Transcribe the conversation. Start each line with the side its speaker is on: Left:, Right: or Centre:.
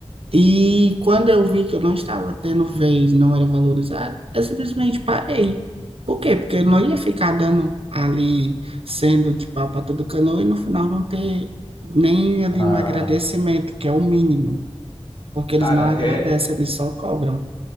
Right: E quando eu vi que eu não estava tendo vez, não era valorizado, eu simplesmente parei. Por quê? Porque eu não ia ficar dando ali, sendo de pau para todo canoa e no final não ter nem ali
Left: ah,
Right: um agradecimento, que é o mínimo, porque
Left: cara,
Right: eles não agradecem,
Left: é
Right: eles só cobram.